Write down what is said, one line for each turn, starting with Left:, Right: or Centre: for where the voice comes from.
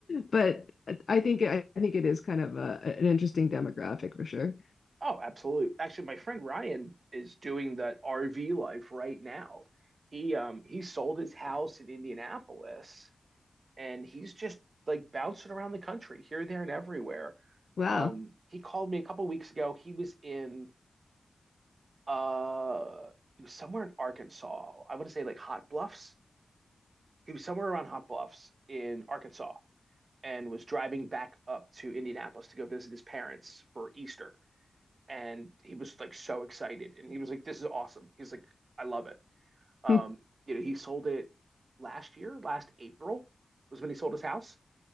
Left: But I think I think it is kind of a, an interesting demographic for sure.
Right: Oh, absolutely. Actually, my friend Ryan is doing that RV life right now. He um he sold his house in Indianapolis and he's just like bouncing around the country here, there, and everywhere.
Left: Wow.
Right: Um, he called me a couple weeks ago. He was in uh he was somewhere in Arkansas. I want to say like Hot Bluffs. He was somewhere around Hot Bluffs in Arkansas and was driving back up to Indianapolis to go visit his parents for Easter and he was like so excited and he was like this is awesome he's like i love it um
Left: <laughs>
Right: you know he sold it last year last april was when he sold his house